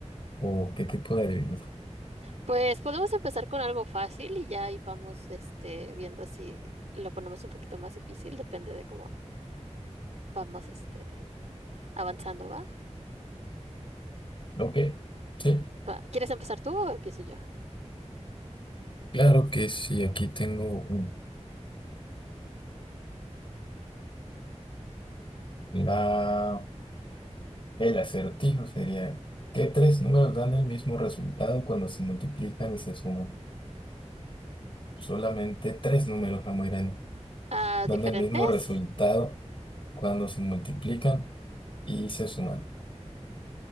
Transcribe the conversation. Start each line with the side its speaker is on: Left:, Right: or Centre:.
Left: o qué tipo de adivinanzas.
Right: Pues podemos empezar con algo fácil y ya ahí vamos, este, viendo si lo ponemos un poquito más difícil, depende de cómo vamos, este, avanzando, ¿va?
Left: Ok, sí,
Right: Va, ¿Quieres empezar tú o empiezo yo?
Left: claro que sí, aquí tengo uno. La, el acertijo sería, ¿qué tres números dan el mismo resultado cuando se multiplican y se suman? Solamente tres números, Amoirán,
Right: Ah,
Left: dan
Right: ¿diferentes?
Left: el mismo resultado cuando se multiplican y se suman.